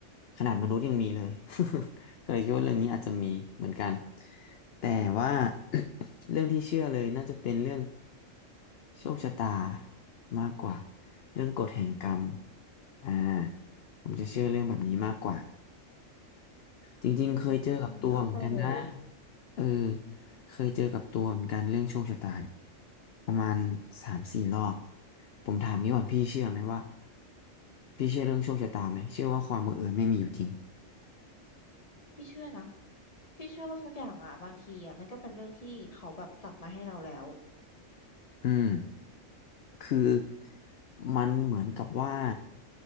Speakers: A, on the left; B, on the left.
A: ขนาดมนุษย์ยังมีเลย <laughs> ก็เลยคิดว่าเรื่องนี้อาจจะมีเหมือนกันแต่ว่า <coughs> เรื่องที่เชื่อเลยน่าจะเป็นเรื่องโชคชะตามากกว่าเรื่องกฎแห่งกรรมอ่าผมจะเชื่อเรื่องแบบนี้มากกว่า จริงๆเคยเจอกับตัวเหมือนกันนะ
B: อืมเข้าใจเลย
A: เออเคยเจอกับตัวเหมือนกันเรื่องโชคชะตาเนี่ยประมาณสามสี่รอบผมถามนี้ก่อนพี่เชื่อไหมว่าพี่เชื่อเรื่องโชคชะตาไหมเชื่อว่าความบังเอิญไม่มีอยู่จริง
B: พี่เชื่อนะพี่เชื่อว่าทุกอย่างอ่ะบางทีอ่ะมันก็เป็นเรื่องที่เขาแบบจัดมาให้เราแล้ว
A: อืม คือมันเหมือนกับว่า